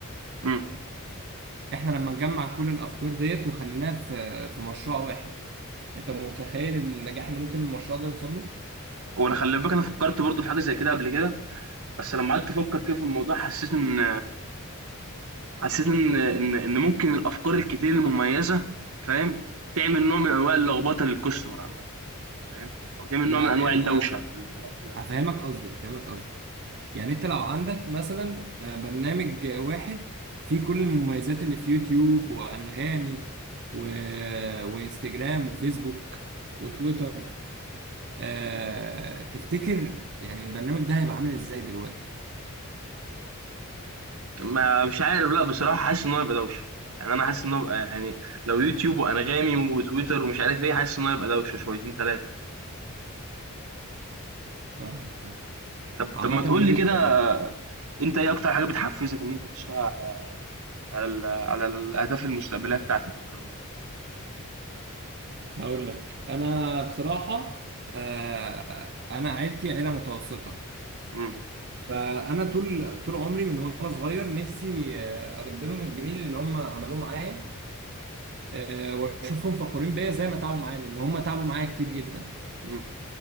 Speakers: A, on the right; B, on the right.
A: امم
B: احنا لما نجمع كل الافكار ديت وخليناها في في مشروع واحد انت متخيل النجاح اللي ممكن المشروع ده يوصل له
A: هو أنا خلي بالك أنا فكرت برضه في حاجة زي كده قبل كده بس لما قعدت أفكر كده في الموضوع حسيت إن حسيت إن إن إن ممكن الأفكار الكتير المميزة فاهم تعمل نوع من أنواع اللخبطة للكاستمر عامة فاهم أو تعمل
B: لا
A: نوع من أنواع
B: يعني
A: الدوشة
B: ه-
A: في ال- في ال- في ال-
B: هفهمك
A: في ال-
B: قصدي هفهمك قصدي يعني انت لو عندك مثلا آه، برنامج آه، واحد فيه كل المميزات اللي في يوتيوب وانغامي و... وانستجرام وفيسبوك وتويتر آه، تفتكر يعني البرنامج ده هيبقى عامل ازاي دلوقتي
A: ما مش عارف لا بصراحة حاسس ان هو يبقى دوشة يعني انا حاسس ان هو يبقى يعني لو يوتيوب وانغامي وتويتر ومش عارف ايه حاسس ان هو يبقى دوشة شويتين ثلاثة
B: فاهمك فاهم
A: طب
B: عامة
A: طب ما تقول
B: وجهة
A: لي كده
B: نظري
A: انت ايه اكتر حاجة بتحفزك ان انت تشتغل على على ال- على الاهداف المستقبلية بتاعتك والكلام ده
B: هقول لك انا بصراحة آه، انا عيلتي عيله متوسطه
A: مم.
B: فانا طول طول عمري من وانا صغير نفسي آه، ارد لهم الجميل اللي هم عملوه معايا آه، واشوفهم فخورين بيا زي ما تعبوا معايا لان هم تعبوا معايا كتير جدا
A: مم.